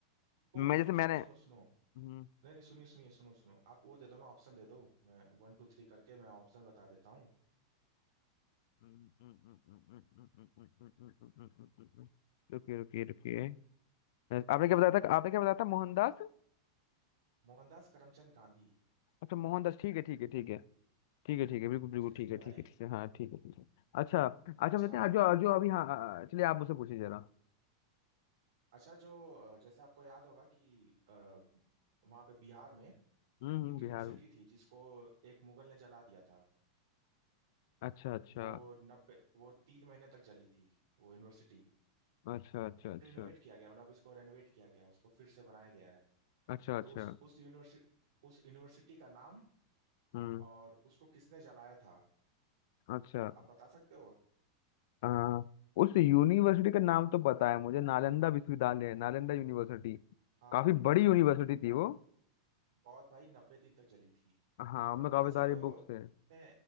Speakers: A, on the right; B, on the left.
A: रुको
B: मैं
A: रुको
B: जैसे
A: रुको
B: मैंने
A: सुनो सुनो सुनो
B: हम्म,
A: नहीं नहीं सुनिए सुनिए सुनो सुनो आप वो दे दो ना ऑप्शन दे दो मैं वन टू थ्री करके मैं ऑप्शन बता देता हूँ
B: हम्म, हम्म, हम्म, हम्म, हम्म, हम्म, हम्म, हम्म, हम्म, हम्म, हम्म, हम्म, हम्म, हम्म, हम्म। रुकिए रुकिए रुकिए आपने क्या बताया था आपने क्या बताया था मोहनदास
A: मोहनदास करमचंद गांधी
B: अच्छा मोहनदास ठीक है ठीक है ठीक है ठीक है ठीक है बिल्कुल बिल्कुल
A: अच्छा ठीक
B: ठीक
A: है
B: है
A: भाई
B: ठीक है ठीक है हाँ ठीक है ठीक है अच्छा अच्छा
A: अच्छा
B: हम लेते हैं जो जो अभी हाँ चलिए आप मुझसे पूछिए जरा
A: अच्छा जो अ, जैसे आपको याद होगा कि अ, वहाँ पे बिहार में
B: हम्म हम्म,
A: एक
B: बिहार
A: यूनिवर्सिटी थी जिसको एक मुगल ने जला दिया था
B: अच्छा अच्छा
A: वो नब्बे वो तीन महीने तक जली थी वो यूनिवर्सिटी
B: अच्छा अच्छा अच्छा
A: रिनोवेट किया गया मतलब इसको रेनोवेट किया गया उसको फिर से बनाया गया है
B: अच्छा अच्छा
A: तो उस उस यूनिवर्सिटी उस यूनिवर्सिटी का नाम
B: हम्म
A: और उसको किसने जलाया था
B: अच्छा
A: आप बता सकते हो
B: आ, उस यूनिवर्सिटी का नाम तो पता है मुझे नालंदा विश्वविद्यालय नालंदा यूनिवर्सिटी
A: हाँ
B: काफी बड़ी
A: हाँ
B: यूनिवर्सिटी
A: ना ना ना-
B: थी वो
A: बहुत भाई नब्बे दिन तक जली थी
B: हाँ
A: और
B: उनमें
A: आप बता
B: काफी सारी
A: सकते हो
B: बुक्स है
A: ने,